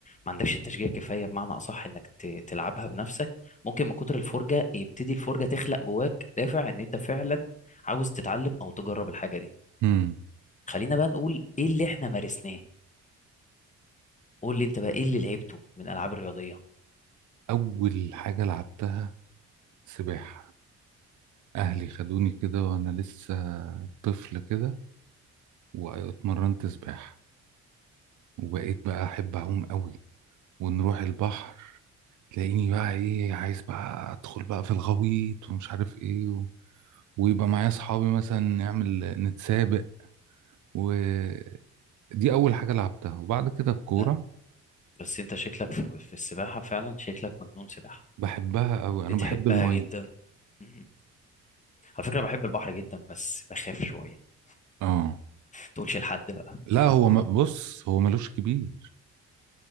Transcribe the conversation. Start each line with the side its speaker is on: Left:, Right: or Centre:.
Left: ما عندكش التشجيع كفاية بمعنى اصح انك ت- تلعبها بنفسك ممكن من كتر الفرجة يبتدي الفرجة تخلق جواك دافع ان انت فعلا عاوز تتعلم او تجرب الحاجة دي
Right: امم
Left: خلينا بقى نقول ايه اللي احنا مارسناه قول لي انت بقى ايه اللي لعبته من العاب رياضية
Right: أول حاجة لعبتها سباحة أهلي خدوني كده وأنا لسه طفل كده واتمرنت سباحة وبقيت بقى أحب أعوم قوي ونروح البحر تلاقيني بقى إيه عايز بقى أدخل بقى في الغويط ومش عارف إيه و... ويبقى معايا أصحابي مثلا نعمل نتسابق ودي أول حاجة لعبتها وبعد كده الكورة
Left: آه، بس انت شكلك في في السباحة فعلا شكلك مجنون سباحة
Right: بحبها قوي أنا
Left: بتحبها
Right: بحب المية
Left: جدا مم. على فكرة بحب البحر جدا بس بخاف شوية
Right: آه
Left: تقولش لحد بقى
Right: لا هو ما- بص هو ملوش كبير